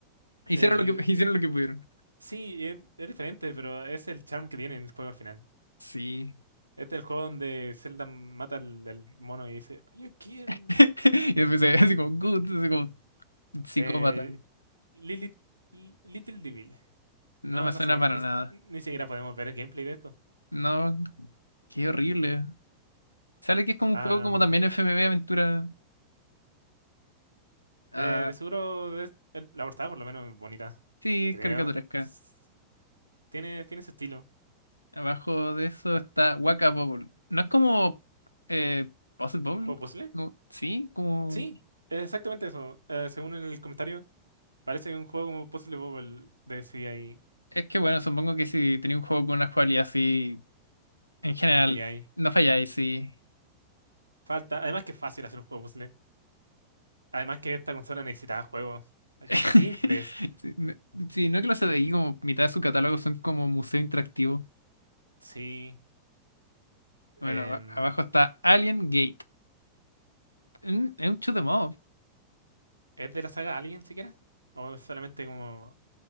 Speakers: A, on the left; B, on the right.
A: Hicieron
B: eh,
A: lo que, <laughs> hicieron lo que pudieron.
B: sí, es, es diferente, pero es el charm que tiene el juego al final.
A: Sí.
B: Este es el juego donde Zelda mata al, al mono y dice, You kill me.
A: <laughs> Y después se ve así como... "Gut", así como psicópata.
B: Eh, Lilith- Li- Little Devil.
A: No
B: No,
A: me
B: no
A: suena
B: sé,
A: para
B: ni, s-
A: nada.
B: ni siquiera podemos ver el gameplay de esto.
A: No, qué horrible. Sale que es como
B: Am,
A: un juego como también FMV Aventura. ah,
B: eh, de seguro es- el- la portada por lo menos es bonita,
A: sí,
B: creo.
A: es caricaturesca.
B: S- Tiene, tiene ese estilo.
A: Abajo de eso está Waka Bubble. No es como eh, Puzzle Bobble.
B: ¿Juego puzzle?
A: como- sí, como.
B: Sí, exactamente eso. Eh, según el comentario. Parece que un juego como Puzzle Bobble de CDI.
A: Es que bueno, supongo que si tenía un juego con una jugabilidad así, en general,
B: No falláis.
A: no falláis, sí.
B: Falta. Además que es fácil hacer un juego puzzle. Además que esta consola necesitaba juegos eh,
A: <laughs>
B: simples.
A: Sí, no, sí, no que los CDI, como mitad de su catálogo son como museo interactivo.
B: Sí.
A: Bueno,
B: Em,
A: aba- abajo está Alien Gate. Mm, Es un shoot 'em up.
B: ¿es de la saga Alien siquiera? ¿O es solamente como